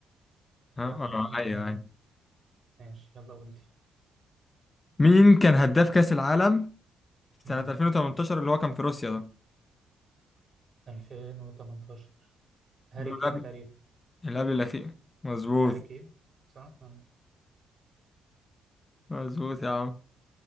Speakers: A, on the left; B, on the right.
A: اه
B: ده كان
A: آه،
B: 2002
A: أيوه أيوه
B: ماشي يلا قول لي
A: مين كان هداف كأس العالم سنة
B: مم.
A: 2018 اللي هو كان في روسيا ده
B: 2018 هاري
A: اللي هو
B: كين
A: قبل
B: تقريبا
A: اللي قبل الأخير مظبوط
B: هاري كين صح؟ آه.
A: مظبوط يا عم